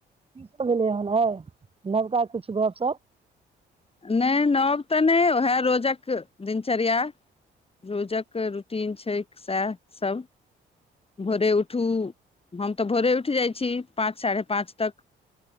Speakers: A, on the right; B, on the left.
A: त भेलै हन होउ। नवका किछु गप-सप?
B: नहि नब तऽ नहि वएह रोजक दिनचर्या रोजक रूटीन छैक सेह सब। भोरे उठू। हम तऽ भोरे उठि जाइ छी पाँच साढ़े पाँच तक।